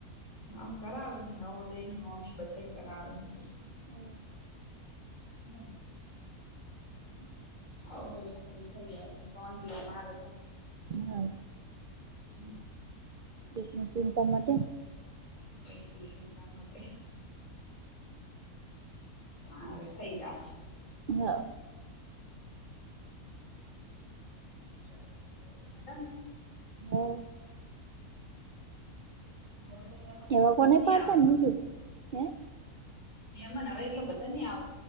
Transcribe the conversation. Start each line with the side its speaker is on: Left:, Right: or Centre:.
Left: હા કરાવે નવોદયનું નોમી બધે કરાવે હે ટુશન.
Right: હમ્મ.
Left: હમ્મ.
Right: હમ્મ.
Left: હવે આટલું થઈ જાય એટલે સોંતિ મારે તો.
Right: હા
Left: હમ્મ.
Right: એકની ચિંતા માટે.
Left: હા એટલી ચિંતા માટે. હારે થઈ જાહે.
Right: હા
Left: શું કીધ બીજા બધું મજામાં શે?
Right: હા.
Left: હવે તો એમાંને
Right: એવા
Left: એટલા
Right: કોને
Left: બધા નહિ
Right: પાડતા
Left: આવતા.
Right: નીજું હે
Left: નિયમન હવે એટલે બધા નહી આવ.